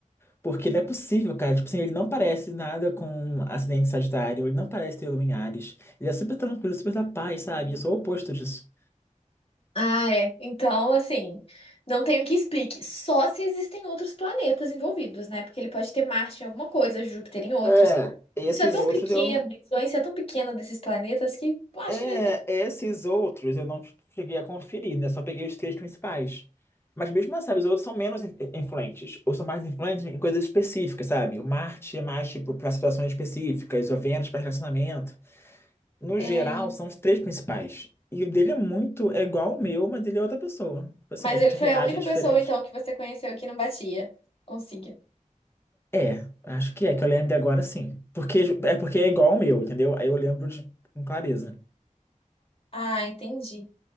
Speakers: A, on the left; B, on the left.
A: Porque não é possível, cara. Tipo assim, ele não parece nada com acidente de Sagitário, ele não parece ter Lua em Ares. Ele é super tranquilo, super da paz, sabe? Eu sou o oposto disso.
B: Ah, é. Então, assim, não tenho que explique. Só se existem outros planetas envolvidos, né? Porque ele pode ter Marte em alguma coisa, Júpiter em outras.
A: É, Esses
B: Isso é tão
A: outros
B: pequeno,
A: eu.
B: a influência é tão pequena desses planetas que eu acho
A: É,
B: que não
A: esses outros eu não cheguei a conferir, né? Só peguei os três principais. Mas mesmo assim, sabe, os outros são menos in- influentes, ou são mais influentes em coisas específicas, sabe? O Marte é mais, tipo, para situações específicas, o Vênus para relacionamento. no
B: é...
A: geral, são os três principais. E o dele é muito, é igual ao meu, mas ele é outra pessoa. Tipo assim,
B: Mas
A: a gente
B: ele foi
A: reage
B: a única
A: diferente.
B: pessoa, então, que você conheceu que não batia. Consegui.
A: É, acho que é, que eu lembro agora sim. Porque é porque é igual ao meu, entendeu? Aí eu lembro de, com clareza.
B: Ah, entendi.